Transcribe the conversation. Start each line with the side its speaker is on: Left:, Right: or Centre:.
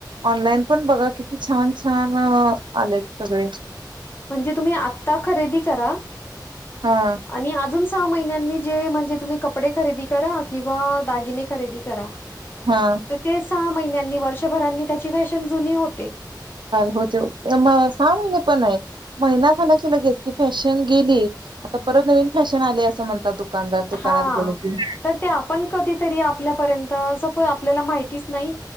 Right: ऑनलाईन पण बघा किती छान छान आलेत सगळे
Left: म्हणजे तुम्ही आत्ता खरेदी करा.
Right: हा.
Left: आणि अजून सहा महिन्यांनी जे म्हणजे तुम्ही कपडे खरेदी करा किंवा दागिने खरेदी करा.
Right: हा.
Left: ते सहा महिन्यांनी वर्षभरांनी त्याची फॅशन जुने होते.
Right: होते मग सहा महिने पण आहे. महिना झाल्याची लगेच ती फॅशन गेली आता परत नवीन फॅशन आली असं म्हणतात तु दुकानदार दुकानात
Left: हा
Right: गेलेते
Left: तर ते आपण कधीतरी आपल्यापर्यंत सपोज आपल्याला माहितीच नाही